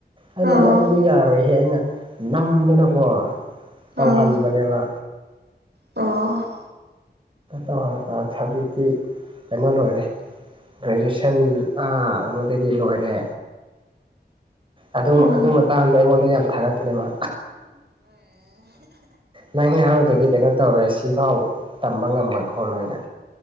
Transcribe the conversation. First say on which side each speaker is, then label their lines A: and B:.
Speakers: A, on the right; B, on the right.
A: ꯑꯩꯅ
B: ꯑꯣ
A: ꯅꯪ ꯑꯗꯨꯗꯤ ꯌꯥꯔꯣꯏꯍꯦ ꯑꯩꯅ ꯅꯝꯗꯅꯀꯣ ꯇꯧꯍꯟꯕꯅꯦꯕ
B: ꯑꯥ ꯑꯣ
A: ꯇꯧꯍꯅꯦ <inaudible> ꯍꯧꯖꯤꯛꯇꯤ ꯀꯩꯅꯣ ꯂꯣꯏꯔꯦ ꯒ꯭ꯔꯦꯖꯨꯌꯦꯁꯟ ꯑꯥ ꯀꯩꯅꯣꯗꯒꯤ ꯂꯣꯏꯔꯦ ꯑꯗꯨ
B: ꯑꯣ
A: ꯑꯗꯨ ꯃꯇꯥꯡꯗ ꯑꯩꯉꯣꯟꯗ ꯌꯥꯝ ꯊꯥꯒꯠꯄꯅꯦꯕ ꯅꯪ ꯌꯥꯎꯗ꯭ꯔꯗꯤ ꯀꯩꯅꯣ ꯇꯧꯔꯣꯢ ꯁꯤꯐꯥꯎ ꯇꯝꯕ ꯉꯝꯃꯣꯏ ꯈꯣꯠꯂꯣꯏꯅ